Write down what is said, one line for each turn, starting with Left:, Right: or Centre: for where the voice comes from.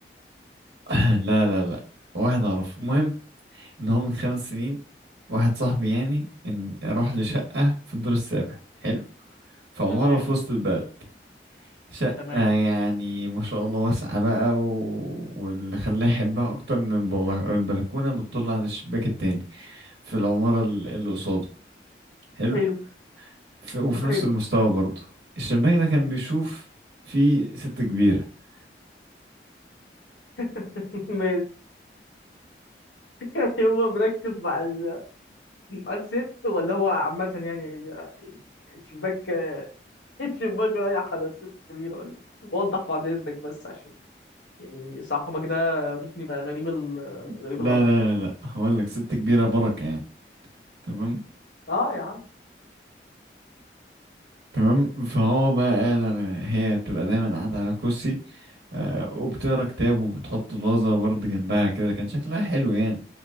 Right: <clears throat> <laughs> لا لا لا واحد اعرفه المهم ان هو من خمس سنين واحد صاحبي يعني ان راح لشقه في الدور السابع حلو في عماره
Left: تمام
Right: في وسط البلد شقة
Left: تمام
Right: يعني ما شاء الله واسعة بقى و... واللي خلاه يحبها أكتر من البلا- البلكونة بتطل على الشباك التاني في العمارة ال- اللي قصاده حلو
Left: حلو
Right: ف... وفي
Left: حلو
Right: نفس المستوى برضه الشباك ده كان بيشوف في ست كبيرة <laughs>
Left: <laughs> ماشي <laughs> هو مركز مع ال... مع الست ولا هو عامة يعني الشباك <laughs> الشباك رايح على الست الكبيرة ولا إيه؟ وضح بعد اذنك بس عشان يعني صاحبك ده ممكن يبقى غريب ال...
Right: لا
Left: غريب الامر
Right: لا لا لا هقول لك ست كبيرة بركة يعني تمام
Left: اه يا عم
Right: تمام فهو بقى قادر هي بتبقى دايما قاعدة على كرسي آه، وبتقرا كتاب وبتحط فازة برضه جنبها كده كان شكلها حلو يعني